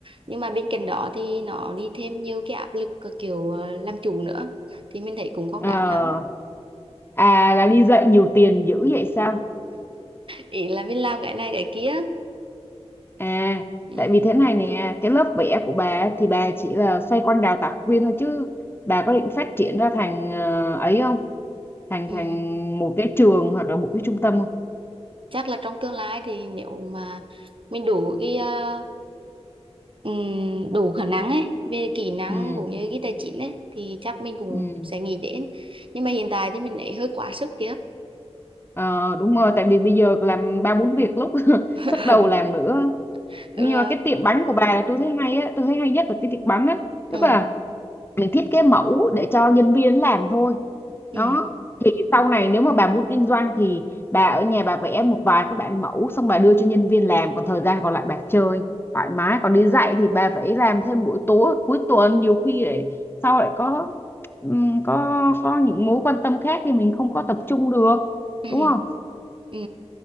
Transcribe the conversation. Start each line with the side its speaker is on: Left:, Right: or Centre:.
Right: nhưng mà bên cạnh đó thì nó đi thêm nhiều cái áp lực cái kiểu ờ, làm chủ nữa thì mình thấy cũng không
Left: Ờ,
Right: đáng lắm
Left: à là đi dạy nhiều tiền dữ vậy sao?
Right: ý là mình làm cái này cái kia
Left: À,
Right: ừ.
Left: tại vì thế này nè, cái lớp vẽ của bà ấy thì bà chỉ là xoay quanh đào tạo học viên thôi chứ bà có định phát triển ra thành ờ, ấy không? Thành
Right: Ừ.
Left: thành một cái trường hoặc là một cái trung tâm không?
Right: chắc là trong tương lai thì nếu mà mình đủ cái ờ, ừm, đủ khả năng ấy về kỹ năng
Left: Ừ,
Right: cũng như cái tài chính ấy thì chắc mình cũng
Left: ừ.
Right: sẽ nghĩ đến nhưng mà hiện tại thì mình ấy hơi quá sức kia
Left: Ờ, đúng rồi, tại vì bây giờ làm ba bốn việc lúc <laughs>
Right: <laughs>
Left: sức đầu làm nữa.
Right: đúng
Left: Nhưng
Right: rồi
Left: mà cái tiệm bánh của bà là tôi thấy hay á, tôi thấy hay nhất là cái tiệm bánh á. Tức
Right: ừ.
Left: là để thiết kế mẫu để cho nhân viên làm thôi
Right: Ừ.
Left: đó thì sau này nếu mà bà muốn kinh doanh thì bà ở nhà bà vẽ một vài cái bản mẫu xong bà đưa cho nhân viên làm còn thời gian còn lại bà chơi thoải mái còn đi dạy thì bà phải làm thêm buổi tối cuối tuần nhiều khi để sau lại có ừm, có có những mối quan tâm khác thì mình không có tập trung được
Right: ừ
Left: đúng không
Right: ừ